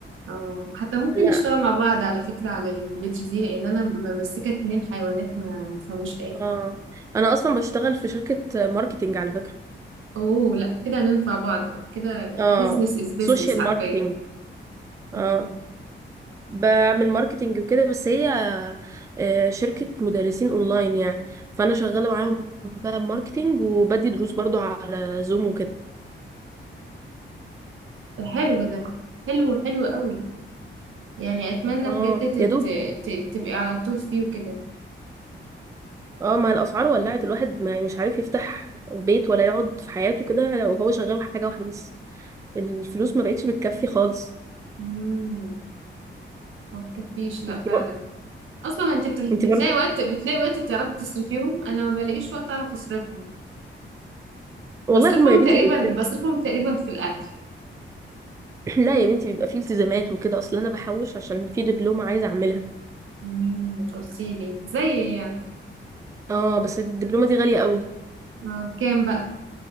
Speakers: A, on the right; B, on the right.
A: اه حتى ممكن
B: لا
A: نشتغل مع بعض على فكرة على البيج دي لان انا ممسكة اتنين حيوانات ما مفهموش ايه
B: اه أنا أصلا بشتغل في شركة ماركتينج على فكرة
A: اوه لا كده هننفع بعض بقى كده
B: اه
A: بيزنس از بيزنس
B: سوشيال
A: حرفيا
B: ماركتينج
A: مم.
B: اه بعمل ماركتينج وكده بس هي آه، شركة مدرسين اونلاين يعني فانا شغالة معاهم بقى ماركتينج وبدي دروس برضو على زوم وكده
A: ده حلو ده حلو حلو قوي يعني اتمنى
B: اه
A: بجد تت...
B: يا دوب
A: ت- تبقي على طول فيه وكده
B: اه ما الاسعار ولعت الواحد ما يعني مش عارف يفتح بيت ولا يقعد في حياته كده لو هو شغال حاجة واحدة بس الفلوس ما بقتش بتكفي خالص
A: مم. ما تكفيش لا
B: انت
A: فعلا
B: بقى
A: اصلا انت بتل-
B: انت
A: بتلاقي
B: برضه
A: وقت بتلاقي وقت تعرفي تصرفيهم انا ما بلاقيش وقت اعرف اصرفهم
B: والله
A: بصرفهم
B: هما يا بنتي
A: تقريبا
B: بيت...
A: بصرفهم تقريبا في الأكل
B: <clears throat> لا يا بنتي بيبقى فيه التزامات وكده اصل انا بحوش عشان في دبلومة عايزة اعملها
A: يعني مش قلتيلي زي إيه يعني
B: اه بس الدبلومة دي غالية قوي
A: ما بكام بقى